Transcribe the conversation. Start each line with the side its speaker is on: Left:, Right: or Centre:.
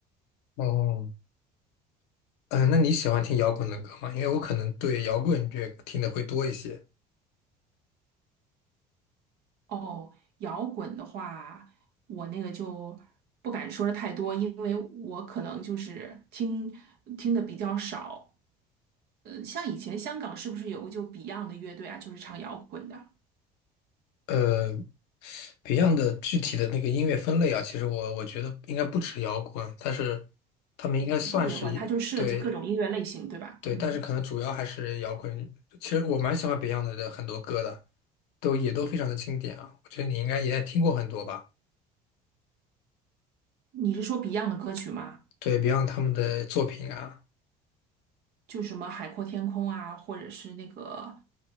Left: 哦，嗯，那你喜欢听摇滚的歌吗？因为我可能对摇滚乐听的会多一些。
Right: 哦，摇滚的话，我那个就不敢说的太多，因为我可能就是听听的比较少。呃，像以前香港是不是有个就 Beyond 的乐队啊，就是唱摇滚的，
Left: 呃，Beyond 的具体的那个音乐分类啊，其实我我觉得应该不止摇滚，但是他们应该算是一对
Right: 不止摇滚，它就涉及各种音乐类型，对吧？
Left: 对，
Right: 嗯，
Left: 但是可能主要还是摇滚。其实我蛮喜欢 Beyond 的很多歌的，都也都非常的经典啊。我觉得你应该也听过很多吧？
Right: 你是说 Beyond 的歌曲吗？
Left: 对 Beyond 他们的作品啊。
Right: 就什么《海阔天空》啊，或者是那个，